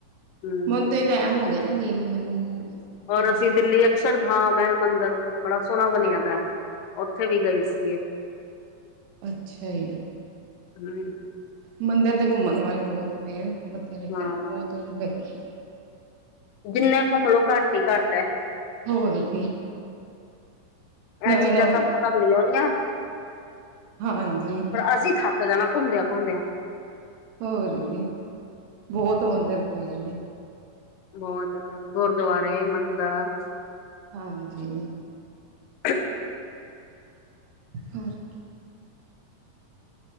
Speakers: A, on the left; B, on the right.
A: ਹਮ
B: ਮੈਂਨੂੰ ਤੇ ਟੈਮ ਹੋ ਗਿਆ ਨਾ ਗਈ ਨੂੰ, ਮੈਨੂੰ ਹੋ ਗਿਆ ਸੀ
A: ਔਰ ਅਸੀਂ ਦਿੱਲੀ ਅਕਸ਼ਰ ਧਾਮ ਐ ਮੰਦਿਰ ਬੜਾ ਸੋਹਣਾ ਬਣਿਆ ਵਾਂ, ਉੱਥੇ ਵੀ ਗਏ ਸੀਗੇ ਅਸੀਂ।
B: ਅੱਛਾ ਜੀ।
A: ਹੂੰ
B: ਮੰਦਿਰ ਤੇ ਘੁੰਮਣ ਵਾਲੇ ਬਹੁਤ ਨੇ, ਮੱਥੇ ਟੇਕਣ
A: ਹਾਂ
B: ਬਹੁਤ ਵਧੀਆ
A: ਜਿੰਨਾ ਘੁੰਮ ਲੋ ਘੱਟ ਹੀ ਘਟ ਐ।
B: ਹੋਰ ਕੀ। ਨਵੇਂ
A: ਇਹ ਚੀਜ਼ਾਂ
B: ਨਵੇਂ
A: ਸਭ ਖਤਮ ਨੀ ਹੋਣੀਆਂ,
B: ਹਾਂਜੀ
A: ਪਰ ਅਸੀਂ ਖਾ ਜਾਣਾ ਘੁੰਮਦਿਆਂ ਘੁੰਮਦਿਆਂ।
B: ਹੋਰ ਗਏ, ਬਹੁਤ ਮੰਦਿਰ ਪਏ ਨੇ।
A: ਬਹੁਤ ਜਿਆਦਾ ਗੁਰਦੁਆਰੇ ਮੰਦਿਰ
B: ਹਾਂਜੀ।
A: <unintelligible>
B: ਹੋਰ ਕੀ